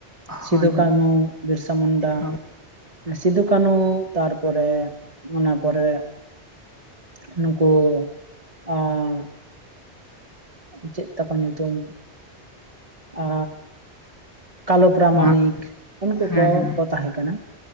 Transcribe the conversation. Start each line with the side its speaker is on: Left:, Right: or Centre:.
Right: ᱥᱤᱫᱩ
Left: ᱦᱳᱭ
Right: ᱠᱟᱹᱱᱩ
Left: ᱦᱳᱭ
Right: ᱵᱤᱨᱥᱟ ᱢᱩᱱᱰᱟ
Left: ᱦᱳᱭ
Right: ᱥᱤᱫᱩ ᱠᱟᱹᱱᱩ ᱛᱟᱨᱯᱚᱨᱮ ᱚᱱᱟ ᱯᱚᱨᱮ ᱱᱩᱠᱩ ᱟᱨ ᱪᱮᱫ ᱛᱟᱠᱚ ᱧᱩᱛᱩᱢ ᱟ ᱠᱟᱞᱳ ᱯᱟᱨᱟᱢᱟᱱᱤᱠ
Left: ᱢᱟ
Right: ᱩᱱᱠᱩ
Left: ᱦᱮᱸ
Right: ᱠᱚᱠᱚ
Left: ᱦᱮᱸ
Right: ᱛᱟᱦᱮᱸ ᱠᱟᱱᱟ